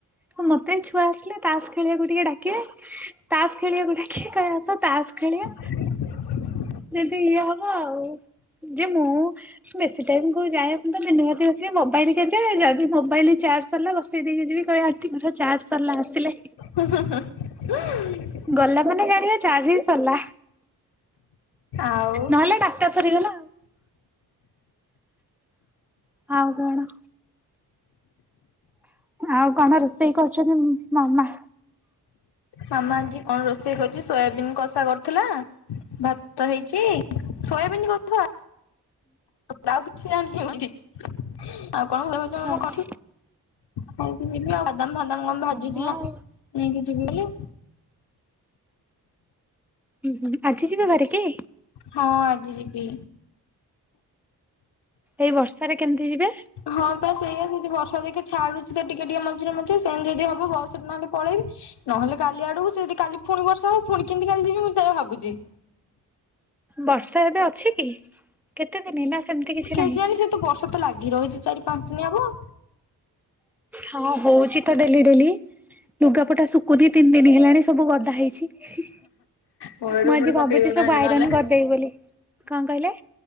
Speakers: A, in the centre; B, on the left.
A: ମତେ ଛୁଆ ଆସିଲେ ତାସ ଖେଳିବାକୁ ଟିକେ ଡାକିବେ ତାସ ଖେଳିବାକୁ ଡାକିବେ କହିବେ ଆସ ତାସ ଖେଳିବା।
B: <inaudible>
A: ଯଦି ଇଏ ହବ ଆଉ ଯେ ମୁଁ ବେଶୀ ଟାଇମ କୋଉ ଯାଏ ମୁଁ ତ ଦିନ ରାତି ବସିକି ମୋବା ଇଲି କେଁଚେ ଯଦି ମୋବାଇଲ ଚାର୍ଜ ସରିଲା ବସେଇ ଦେଇକି ଯିବି କହିବେ ଆଣ୍ଟିଙ୍କର ଚାର୍ଜ ସରିଲା ଆସିଲେ।
B: ହୁଁ ହୁଁ ହୁଁ ଉଁ
A: ଗଲା ମାନେ ଜାଣିବେ ଚାର୍ଜ ହିଁ ସରିଲା।
B: ଆଉ
A: ନହେଲେ ଡାଟା ସରିଗଲା ଆଉ। ଆଉ କଣ? ଆଉ କଣ ରୋଷେଇ କରୁଛନ୍ତି ମାମା?
B: ମାମା ଆଜି କଣ ରୋଷେଇ କରୁଛି ସୋୟାବନ୍ କଷା କରୁଥିଲା ଭାତ ହେଇଚି ସୋୟାବିନି କଥା ଆଉ କିଛି ଜାଣ ଆଉ କଣ <unintelligible>
A: ହଁ ହଁ।
B: ଖାଇକି ଯିବି ଆଉ ବାଦାମ ଫାଦାମ କଣ
A: ହଁ
B: ଭାଜୁଥିଲା,
A: ଆଉ
B: ନେଇକି ଯିବି ବୋଲି।
A: ଉଁଁ ହୁଁ ଆଜି ଯିବେ ବାହାରିକି?
B: ହଁ ଆଜି ଯିବି।
A: ଏଇ ବର୍ଷାରେ କେମିତି ଯିବେ?
B: ହଁ ବା ସେଇଆ ଯଦି ବର୍ଷା ଦେଖି ଛାଡୁଛି ତ ଟିକେ ଟିକେ ମଝିରେ ମଝିରେ ସେମିତି ଯଦି ହବ ବସ୍ ରେ ନହେଲେ ପଳେଇବି। ନହେଲେ କାଲି ଆଡକୁ ସେ ଯଦି କାଲି ପୁଣି ବର୍ଷା ହଉ ପୁଣି କେମିତି କାଲି ଯିବି ମୁଁ ସେ ଭାବୁଛି।
A: ବର୍ଷା ଏବେ ଅଛି କି? କେତେ ଦିନ ନା ସେମିତି କିଛି
B: କେଜାଣି
A: ନାହିଁ?
B: ସେ ତ ବର୍ଷା ତ ଲାଗି ରହିଛି ଚାରି ପାଞ୍ଚ ଦିନି ହବ।
A: ହଁ ହଉଛି ତ ଡେଲି ଡେଲି ଲୁଗାପଟା ଶୁକୁନି ତିନି ଦିନ ହେଲାଣି ସବୁ ଗଦା ହେଇଛି କିଛି,
B: ହଁ
A: ମୁଁ
B: ରୁମ
A: ଆଜି
B: ରେ ପକେଇ
A: ଭାବୁଛି
B: ଦଉନାହାନ୍ତି
A: ସବୁ ଆଇରନ୍
B: ନହେଲେ।
A: କରିଦେବି ବୋଲି। କଣ କହିଲେ?